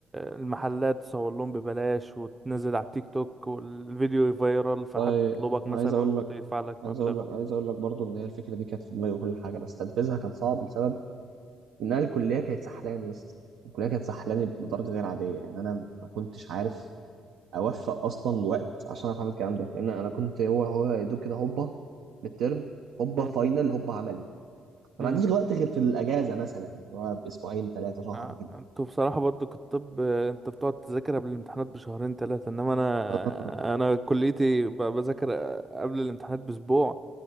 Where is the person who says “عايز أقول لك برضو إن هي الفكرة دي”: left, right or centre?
Right